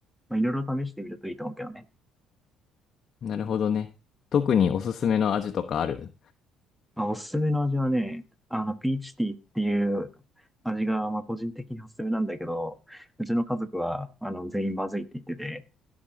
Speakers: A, in the centre; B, on the left.
A: まあ、いろいろ試してみるといいと思うけどね。
B: なるほどね。特におすすめの味とかある
A: まあ、おすすめの味はね、あの、ピーチティーっていう味が、まあ個人的におすすめなんだけど、うちの家族は、あの、全員まずいって言ってて、